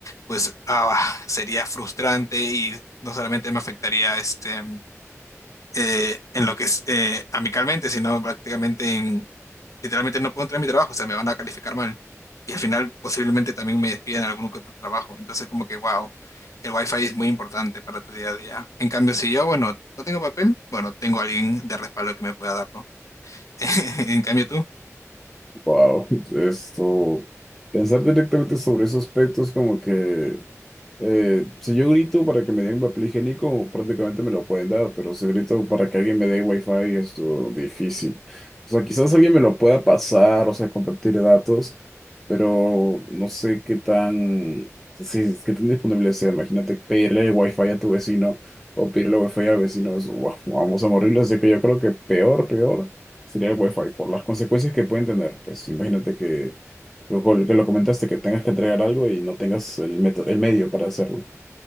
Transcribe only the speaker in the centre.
Wow. <laughs> Esto, pensar directamente sobre esos aspectos como que Eh, si yo grito para que me den papel higiénico, prácticamente me lo pueden dar, pero si grito para que alguien me dé wifi, es uh, difícil. O sea, quizás alguien me lo pueda pasar, o sea, compartir datos, pero no sé qué tan, si es- qué tan disponible sea. Imagínate pedirle wifi a tu vecino o pedirle wifi al vecino, es, "Guau, vamos a morirlo. Así que yo creo que peor, peor sería el wifi por las consecuencias que pueden tener. Pues imagínate que con lo cual- que lo comentaste, que tengas que entregar algo y no tengas el método, el medio para hacerlo.